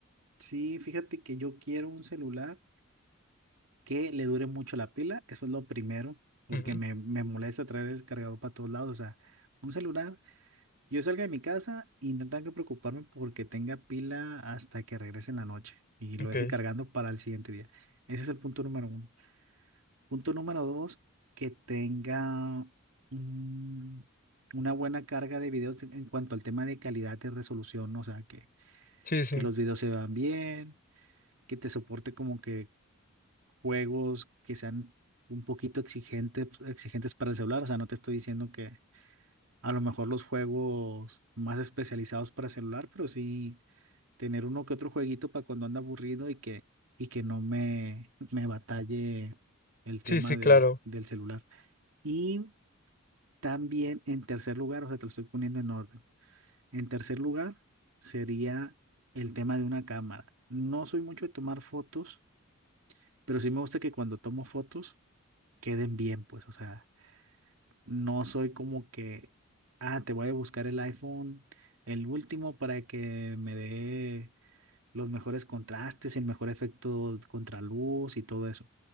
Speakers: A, on the right; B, on the left.
A: sí, fíjate que yo quiero un celular que le dure mucho la pila, eso es lo primero, porque
B: Ujú,
A: me, me molesta traer el cargador para todos lados, o sea, un celular, yo salga de mi casa y no tengo que preocuparme porque tenga pila hasta que regrese en la noche y lo
B: Ok.
A: deje cargando para el siguiente día. Ese es el punto número uno. Punto número dos, que tenga mm, una buena carga de videos en en cuanto al tema de calidad de resolución, o sea, que,
B: Sí, sí.
A: que los videos se vean bien, que te soporte como que juegos que sean un poquito exigentes, exigentes para el celular. O sea, no te estoy diciendo que a lo mejor los juegos más especializados para celular, pero sí tener uno que otro jueguito para cuando anda aburrido y que, y que no me, me batalle el
B: Sí,
A: tema
B: sí, claro.
A: del, del celular. Y también en tercer lugar, o sea, te lo estoy poniendo en orden. En tercer lugar sería el tema de una cámara. No soy mucho de tomar fotos, pero sí me gusta que cuando tomo fotos queden bien, pues, o sea, no soy como que, ah, te voy a buscar el iPhone, el último, para que me dé los mejores contrastes, el mejor efecto contraluz y todo eso.